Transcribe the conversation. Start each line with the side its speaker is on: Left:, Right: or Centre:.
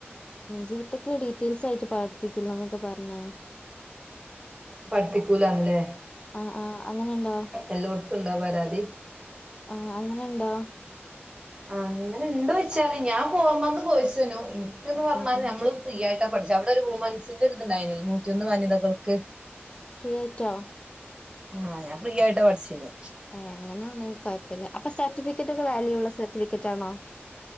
Left: ജിടെക്കില ഡീറ്റെയിൽസ് ആയിട്ട് പഠപ്പിക്കുള്ളൂ എന്നൊക്കെ പറ പിന്നെ
Right: പഠിപ്പിക്കൂലന്നല്ലേ
Left: ആ ആഹ അങ്ങനെണ്ടോ
Right: എല്ലോടത്തും ഉണ്ടാ പരാതി
Left: ആ അങ്ങന ഉണ്ടാ
Right: ആ അങ്ങനെ ഉണ്ട് വെച്ചാല് ഞാൻ പോർമന്ന് കോഴ്സനു എനക്ക്ന്ന് പറഞ്ഞാല്
Left: ആഹ് ആഹ്
Right: നമ്മള് ഫ്രീ ആയി പഠിച്ചു അവിടെ ഒരു വുമൺസിന്റെ ഒരി തുണ്ടായിനല്ലെ നൂറ്റൊന്ന് വനിതകൾക്ക്
Left: ഫ്രിയേറ്റോ
Right: ആഹ് ഞാൻ ഫ്രീ ആയിട്ടാ പഠിച്ചീക്ന്
Left: ഏ അങ്ങനെയാണ് കുഴപ്പില്ല അപ്പൊ സർട്ടിഫിക്കറ്റ് ഒക്കെ വാല്യൂള്ള സർട്ടിഫിക്കറ്റ് ആണോ